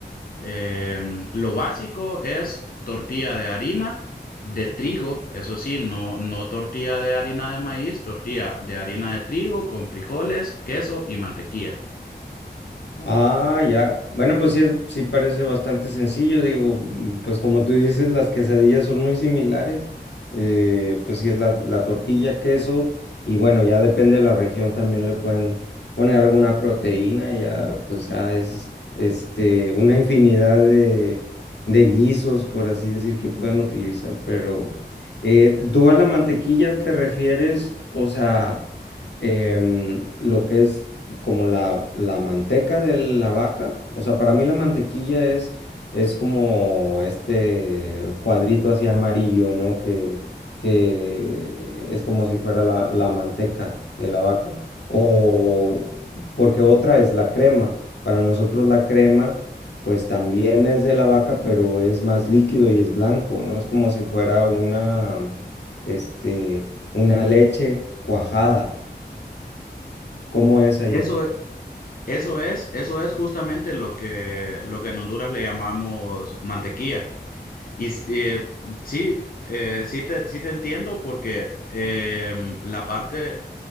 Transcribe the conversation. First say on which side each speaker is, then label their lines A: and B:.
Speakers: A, on the left (about 55°); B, on the left (about 80°).
A: Em, lo básico es tortilla de harina de trigo, eso sí, no, no tortilla de harina de maíz, tortilla de harina de trigo con frijoles, queso y mantequilla.
B: Ah, ya. Bueno, pues sí, es- sí parece bastante sencillo. Digo, mm, pues como tú dices, las quesadillas son muy similares. Eh, pues sí es la, la tortilla, queso y bueno, ya depende de la región también le pueden poner alguna proteína. Ya, pues ya es este, una infinidad de, de guisos, por así decir, que pueden utilizar. Pero eh, ¿tú a la mantequilla te refieres? O sea, em, lo que es como la, la manteca de la vaca. O sea, para mí la mantequilla es, es como este cuadrito así amarillo, ¿no? Que, que es como si fuera la, la manteca de la vaca. O porque otra es la crema. Para nosotros la crema, pues también es de la vaca, pero es más líquido y es blanco, ¿no? Es como si fuera una, este, una leche cuajada. ¿Cómo es allá?
A: Eso, e- eso es, eso es justamente lo que, lo que en Honduras le llamamos mantequilla. Y s- eh, sí, eh, sí te, sí te entiendo porque em, la parte